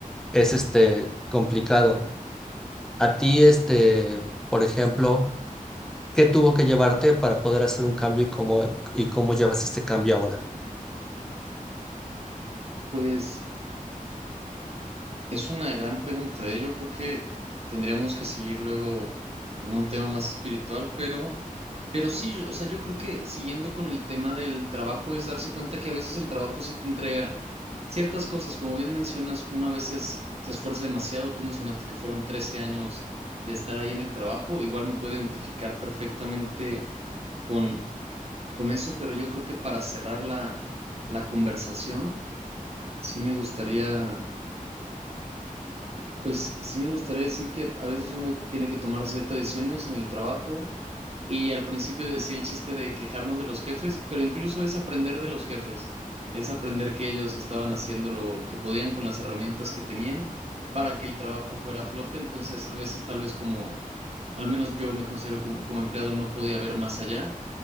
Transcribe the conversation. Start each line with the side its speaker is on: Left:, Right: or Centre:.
Centre: es este complicado. A ti, este, por ejemplo, ¿qué tuvo que llevarte para poder hacer un cambio y cómo, y cómo llevas este cambio ahora?
Right: Pues Es una gran pregunta, ¿eh? Yo creo que tendríamos que seguir luego en un tema más espiritual, pero, pero sí, o sea, yo creo que siguiendo con el tema del trabajo es darse cuenta que a veces el trabajo sí te entrega ciertas cosas, como bien mencionas, uno a veces se esfuerza demasiado, tú mencionaste que fueron 13 años de estar ahí en el trabajo, igual me puedo identificar perfectamente con, con eso, pero yo creo que para cerrar la, la conversación, sí me gustaría Pues sí me gustaría decir que a veces uno tiene que tomar ciertas decisiones en el trabajo y al principio decía el chiste de quejarnos de los jefes, pero incluso es aprender de los jefes, es aprender que ellos estaban haciendo lo que podían con las herramientas que tenían para que el trabajo fuera a flote, entonces a veces tal vez como, al menos yo me considero como, como empleado, no podía ver más allá